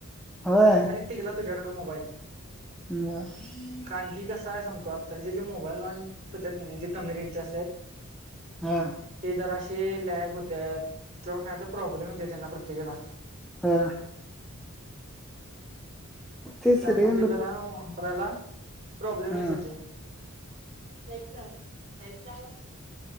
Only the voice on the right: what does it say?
टिकला तुझ्याकडे मोबाईल.
कारण की कसं आहे सांगतो आत्ताचे जे जे मोबाईल लॉनच होत कनाय नाही जे कमी रेंजचे असतात.
ते जरा असे लॅग होत्यात किंवा काय तर प्रॉब्लेम येतोय त्यांना प्रत्येक ह्याला.
त्यामुळे
ते
जरा वापरायला प्रॉब्लेम
येतात ते. जायच जायचला.